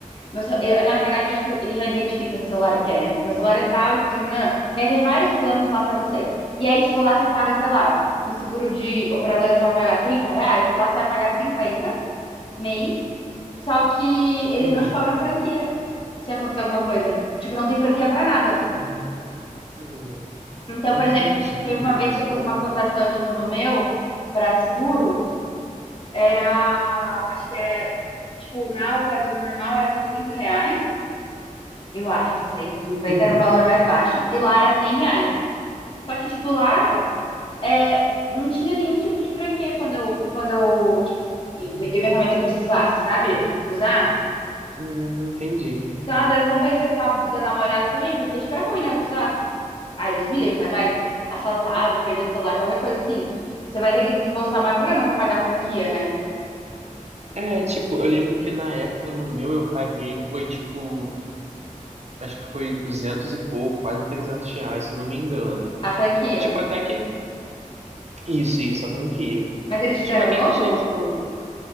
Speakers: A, on the left; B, on the right.
A: Meu ce- eu- na verdade, eu acho que ele já identifica que celular que é, né? Meu celular é tal e tchananã. E aí tem vários planos lá pra você. E aí, tipo, lá você paga, sei lá, no seguro de operadora você vai pagar 30 reais, lá você vai pagar 50 mês, só que eles
B: Uhum.
A: não te cobram franquia se acontecer alguma coisa. Tipo, não tem franquia pra nada.
B: Hum,
A: Então,
B: entendi,
A: por exemplo, teve uma
B: olha
A: vez
B: só.
A: que eu fiz uma cotação, tipo, no meu, pra seguro, era, acho que era, tipo, na operadora normal era 60 reais. eu acho, 60, cinquenta
B: Uhum,
A: era um valor mais baixo, e lá era 100 reais. Só que, tipo, lá é, não tinha nenhum tipo de franquia quando eu, quando eu tipo, eventualmente se eu precisasse, sabe? Usar.
B: hum, entendi.
A: Então, às vezes, compensa ficar, dar uma olhada também, porque, tipo, é ruim, né? Sei lá, ai, Deus me livre, mas vai assaltado, perdeu o celular, qualquer coisa assim. Você vai ter que desembolsar uma grana pra pagar a franquia, né?
B: É, tipo, eu lembro que na época no meu eu paguei foi tipo, acho que foi 200 e pouco, quase 300 reais, se eu não me engano.
A: A franquia.
B: Tipo, até que. Isso, isso, a franquia.
A: Mas eles te
B: Tipo,
A: deram
B: até
A: um novo?
B: que achei, tipo.